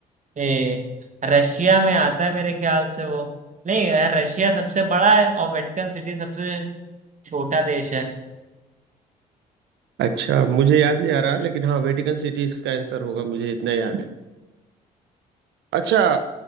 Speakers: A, on the right (about 40°); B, on the right (about 65°).
A: ए, रशिया में आता है मेरे ख्याल से वो नहीं अ, रशिया सबसे बड़ा है और वेटिकन सिटी सबसे छोटा देश है
B: अच्छा मुझे याद नहीं आ रहा लेकिन हाँ वेटिकन सिटी इसका आंसर होगा मुझे इतना याद है अच्छा